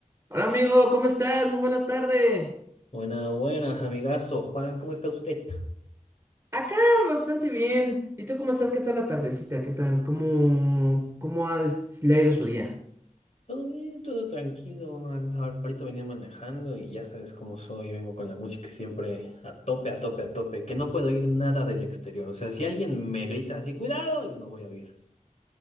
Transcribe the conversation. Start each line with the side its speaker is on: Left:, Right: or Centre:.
Right: Hola amigo, ¿cómo estás? Muy buenas tardes.
Left: Buenas, buenas, amigazo. Juan, ¿cómo está usted?
Right: Acá bastante bien. ¿Y tú cómo estás? ¿Qué tal la tardecita? ¿Qué tal? ¿Cómo, cómo ha, le ha ido su día?
Left: Todo bien, todo tranquilo. an- ahor- Ahorita venía manejando y ya sabes cómo soy. Vengo con la música siempre a tope, a tope, a tope. Que no puedo oír nada del exterior. O sea, si alguien me grita así, cuidado, yo no voy a oír.